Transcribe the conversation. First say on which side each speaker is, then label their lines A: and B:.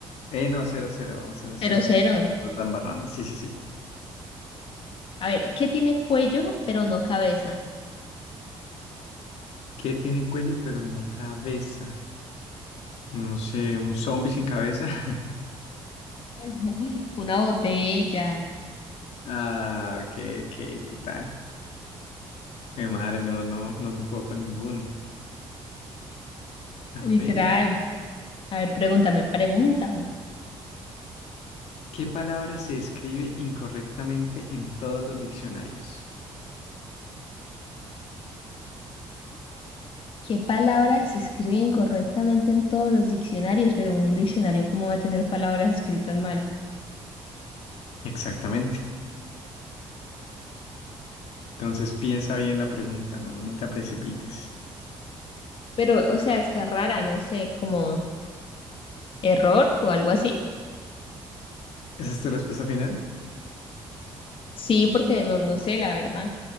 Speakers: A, on the left; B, on the left.
A: Eh, no, cero cero, vamos cero cero.
B: Pero cero.
A: Los dos la embarramos, sí, sí, sí.
B: A ver, ¿qué tiene cuello pero no cabeza?
A: ¿Qué tiene cuello pero no cabeza? No sé, un zombie sin cabeza. <laughs>
B: <laughs> Una botella,
A: Ah, ok, ok, total. Mi madre, no, no, no, no puedo con ninguno. A
B: literal.
A: ver.
B: A ver, pregúntame, pregúntame.
A: ¿Qué palabra se escribe incorrectamente en todos los diccionarios?
B: ¿Qué palabra se escribe incorrectamente en todos los diccionarios? Pero en un diccionario, ¿cómo va a tener palabras escritas mal?
A: Exactamente. Entonces piensa bien la pregunta, no, no te precipites.
B: Pero, o sea, está rara, no sé, como error o algo así.
A: ¿Esa es tu respuesta final?
B: Sí, porque no, no sé, la verdad.